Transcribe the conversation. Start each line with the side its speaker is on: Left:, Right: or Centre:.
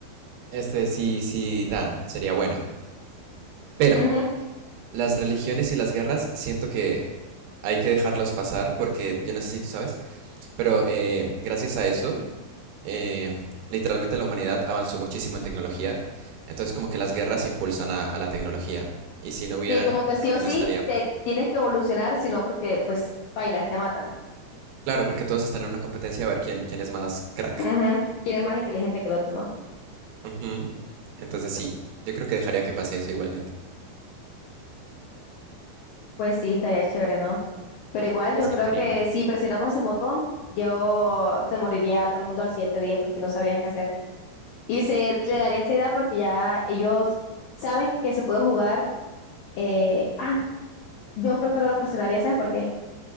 Right: este, sí, sí, tan, sería bueno. Pero
Left: Ujú.
Right: las religiones y las guerras, siento que hay que dejarlos pasar porque yo necesito, ¿sabes? Pero eh, gracias a eso, em, literalmente la humanidad avanzó muchísimo en tecnología. Entonces, como que las guerras impulsan a, a la tecnología. Y si no hubieran,
Left: Sí, como que
Right: creo
Left: sí o
Right: que
Left: sí
Right: no estaríamos.
Left: te tienes que evolucionar, sino porque pues bailas, te matan.
Right: Claro, porque todos están en una competencia a ver quién, quién es más crack.
Left: Ujú. ¿Quién es más inteligente que el otro, no?
Right: Ujú. Entonces, sí, yo creo que dejaría que pase eso igualmente.
Left: Pues sí, estaría chévere, ¿no? Pero igual
Right: Pues
Left: yo
Right: sí,
Left: creo
Right: Karina.
Left: que si presionamos ese botón, yo se moriría todo el mundo al siguiente día porque no sabrían qué hacer. Y se le
Right: Sí.
Left: daría ansiedad porque ya ellos saben que se puede jugar. eh, ah, yo creo que no lo presionaría, ¿sabes por qué?